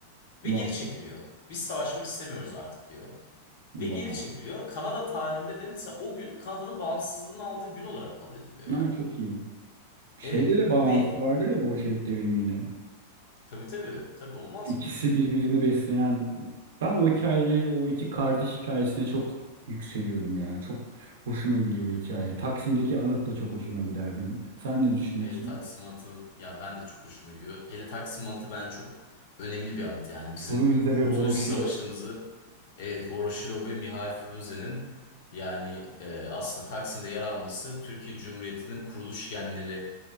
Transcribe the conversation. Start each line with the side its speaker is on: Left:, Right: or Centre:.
Right: Vay.
Left: ve geri çekiliyor. Biz savaşmak istemiyoruz artık diyor.
Right: Vay.
Left: Ve geri çekiliyor. Kanada tarihinde de mesela o gün Kanada'nın bağımsızlığını aldığı gün olarak kabul ediliyor
Right: Ha,
Left: yani.
Right: çok iyi. Şeyde
Left: Evet
Right: de bağlantısı
Left: ve
Right: vardır ya Bolşevik devrimiyle.
Left: tabii tabii tabii olmaz
Right: İkisi
Left: mı?
Right: birbirini besleyen. Ben o hikayeyi, o iki kardeş hikayesine çok yükseliyorum ya. Çok hoşuma gidiyor o hikaye. Taksim'deki anıt da çok hoşuma gider benim. Sen ne düşünüyorsun?
Left: E, Taksim Anıtı ya ben de çok hoşuma gidiyor. Hele Taksim Anıtı ben çok önemli bir anıt yani.
Right: Frunze
Left: Bizim Kurtuluş
Right: ve Voroshilov.
Left: Savaşımızı evet Voroshilov ve Mihail Frunze'nin yani e, aslında Taksim'de yer alması Türkiye Cumhuriyeti'nin kuruluş genleri